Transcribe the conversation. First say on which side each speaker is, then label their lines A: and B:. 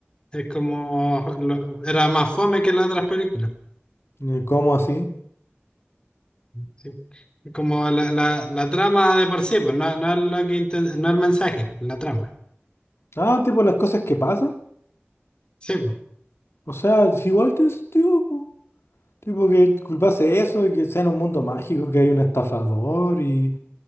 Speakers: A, on the left; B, on the left.
A: es como lo- era más fome que las otras películas.
B: eh, como así.
A: Sí. Es Como la, la, la trama de por sí, pues no, no es lo que inten- no el mensaje, pues, la trama.
B: Ah, tipo las cosas que pasan.
A: Sí, pues.
B: O sea, si igual tiene sentido. po. Tipo que culpase eso y que sea en un mundo mágico que hay un estafador y